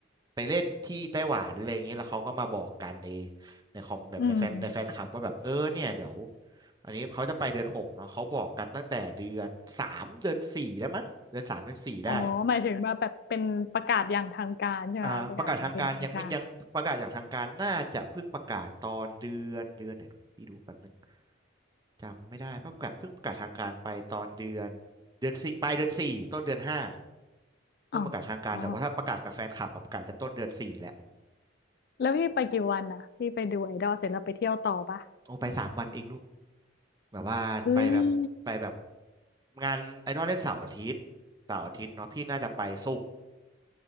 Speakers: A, on the right; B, on the left.
A: ไปเล่นที่ไต้หวันอะไรอย่างเงี้ยแล้วเขาก็มาบอกกันในในคอมแบบในแฟนในแฟนคลับว่าแบบเออเนี่ยเดี๋ยว
B: อืม
A: อันนี้เขาจะไปเดือนหกเนาะเขาบอกกันตั้งแต่เดือนสามเดือนสี่แล้วมั้งเดือนสามเดือนสี่ได้
B: อ๋อหมายถึงว่าแบบเป็นประกาศอย่างทางการใช่ไหมประกาศอย่างเป็นทางการ
A: อ่าประกาศทางการยังไม่ยังประกาศอย่างทางการน่าจะเพิ่งประกาศตอนเดือนเดือนไหนพี่ดูแป๊บนึงจำไม่ได้เพราะประกาศเพิ่งประกาศทางการไปตอนเดือนเดือนสี่ปลายเดือนสี่ต้นเดือนห้าเพิ่งประกาศทางการแต่ว่าถ้าประกาศกับแฟนคลับอะประกาศจะต้นเดือนสี่แหละ
B: อ๋อแล้วพี่ไปกี่วันอ่ะพี่ไปดูไอดอลเสร็จแล้วไปเที่ยวต่อปะ
A: อืมโอ้ไปสามวันเองลูกแบบว่าไปแบบไปแบบ
B: เฮ้ย
A: งานไอดอลเล่นเสาร์อาทิตย์เสาร์อาทิตย์เนาะพี่น่าจะไปศุ